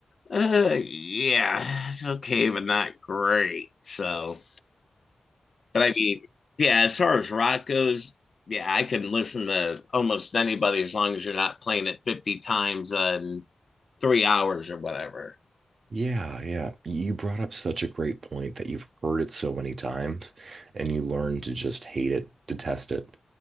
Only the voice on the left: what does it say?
Uh, yeah, it's okay, but not great. So, but I mean, yeah, as far as rock goes, yeah, I can listen to almost anybody as long as you're not playing it 50 times in three hours or whatever.